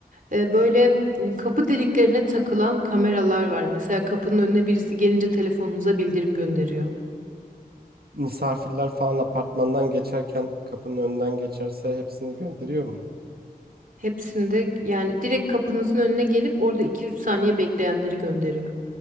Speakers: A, on the right; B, on the right.
A: Ee, böyle e, kapı deliklerine takılan kameralar var. Mesela kapının önüne birisi gelince telefonunuza bildirim gönderiyor.
B: Misafirler falan apartmandan geçerken kapının önünden geçerse hepsini gönderiyor mu?
A: Hepsinde yani direkt kapınızın önüne gelip orada iki üç saniye bekleyenleri gönderiyor.